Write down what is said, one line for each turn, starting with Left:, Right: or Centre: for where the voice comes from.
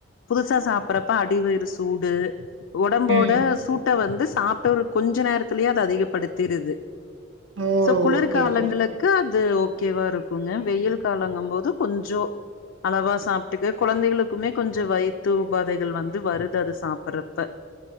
Left: புதுசா சாப்பறப்ப அடிவயிறு சூடு உடம்போட
Right: ம்
Left: சூட்டை வந்து சாப்ட்ட ஒரு கொஞ்சோ நேரத்துலயே அத அதிகப்படுத்திருது
Right: ஓ
Left: சோ குளிர்காலங்களுக்கு
Right: ஓகே ஓகே
Left: அது ஓகேவா இருக்குங்க வெயில் காலங்கு போது கொஞ்சோ அளவா சாப்ட்டுக்க கொழந்தைகளுக்குமே கொஞ்சோ வயிற்று உபாதைகள் வந்து வருது அது சாப்பறப்ப